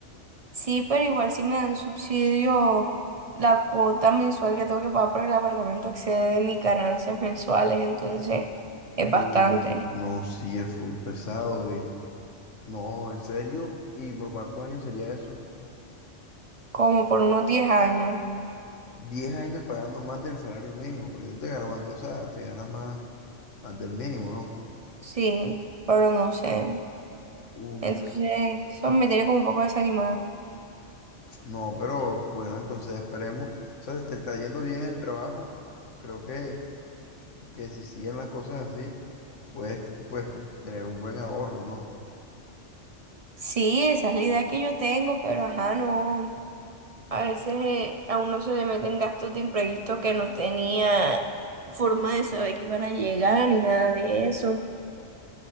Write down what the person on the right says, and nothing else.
Sí, pero igual si me dan subsidio, la cuota mensual que tengo que pagar por el apartamento excede de mis ganancias mensuales, entonces es bastante,
como por unos 10 años,
sí, pero no sé.
Entonces, eso me tiene como un poco desanimada.
Sí, esa es la idea que yo tengo, pero ajá, no. A veces eh, a uno se le meten gastos de imprevisto que no tenía forma de saber que iban a llegar ni nada de eso.